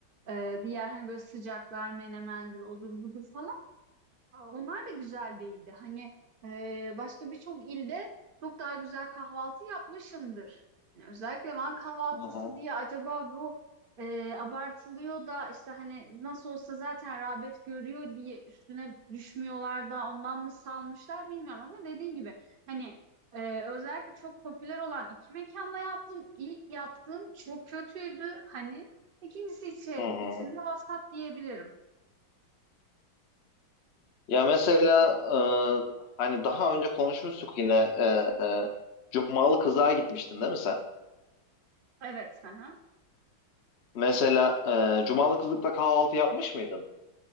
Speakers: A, on the right (about 70°); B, on the left (about 55°).
A: Ee, diğer hani böyle sıcaklar menemendir odur budur falan Aa, Onlar da güzel değildi. Hani e, başka birçok ilde çok daha güzel kahvaltı yapmışımdır. Yani özellikle Van kahvaltısı
B: Hı hı.
A: diye acaba bu e, abartılıyor da işte hani nasıl olsa zaten rağbet görüyor diye üstüne düşmüyorlar da ondan mı salmışlar bilmiyorum ama dediğim gibi hani e, özellikle çok popüler olan iki mekanda yaptım. İlk yaptığım çok kötüydü hani. İkincisi içi,
B: Hı hı.
A: içinde vasat diyebilirim.
B: Ya mesela e, hani daha önce konuşmuştuk yine e, e, Cumalı kızlığa gitmiştin değil mi sen?
A: Evet. Hı hı.
B: Mesela e, Cumalı kızlıkta kahvaltı yapmış mıydın?